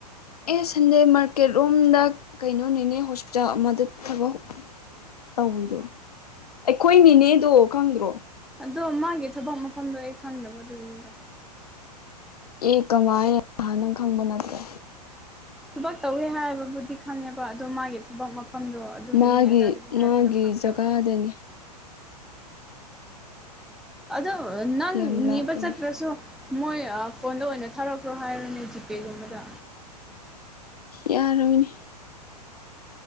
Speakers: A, on the left; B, in the centre.
A: ꯑꯦ ꯁꯟꯗꯦ ꯃꯥꯔꯀꯦꯠ ꯔꯣꯝꯗ ꯀꯩꯅꯣꯅꯦꯅꯦ ꯍꯣꯁꯄꯤꯇꯥꯜ ꯑꯃꯗ ꯊꯕꯛ ꯇꯧꯤꯗꯣ ꯑꯩꯈꯣꯏꯅꯤꯅꯦꯗꯣ ꯈꯪꯗ꯭ꯔꯣ
B: ꯑꯗꯣ ꯃꯥꯒꯤ ꯊꯕꯛ ꯃꯐꯝꯗꯣ ꯑꯩ ꯈꯪꯗꯕ ꯑꯗꯨꯒꯤꯅꯤꯗ
A: ꯑꯦ ꯀꯃꯥꯏꯅ ꯅꯍꯥꯟ ꯅꯪ ꯈꯪꯕ ꯅꯠꯇ꯭ꯔꯦ
B: ꯊꯕꯛ ꯇꯧꯋꯦ ꯍꯥꯏꯕꯕꯨꯗꯤ ꯈꯪꯉꯦꯕ ꯑꯗꯣ ꯃꯥꯒꯤ ꯊꯕꯛ ꯃꯐꯝꯗꯣ ꯑꯗꯨꯗꯅꯤ
A: ꯃꯥꯒꯤ
B: ꯑꯗꯥꯗꯅꯤ ꯍꯥꯏꯕꯗꯣ
A: ꯃꯥꯒꯤ
B: ꯈꯪꯗꯕ
A: ꯖꯒꯥꯗꯅꯤ
B: ꯎ ꯑꯗꯣ ꯅꯪ
A: ꯌꯥꯝ ꯂꯥꯞꯄꯅꯦ
B: ꯅꯕꯁ ꯄ꯭ꯔꯣꯁꯨ ꯃꯣꯏ ꯐꯣꯟꯗ ꯑꯣꯏꯅ ꯊꯥꯔꯛꯄ꯭ꯔꯣ ꯍꯥꯏꯔꯅꯦ ꯖꯤꯄꯦꯒꯨꯝꯕꯗ
A: ꯌꯥꯔꯣꯏꯅꯦ